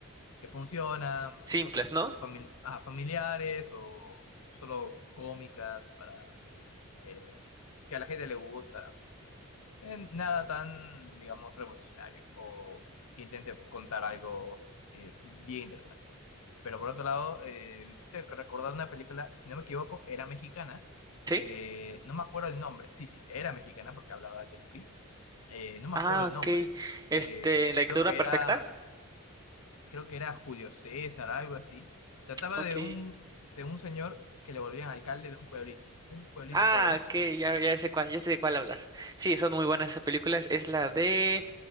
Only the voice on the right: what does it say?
Simples,
¿no?
Sí.
Ah,
ok.
Este,
la dictadura
perfecta.
Ok.
Ah,
ok, ya, ya sé cuál, ya sé de cuál hablas. Sí, son muy buenas esas películas. Es la de,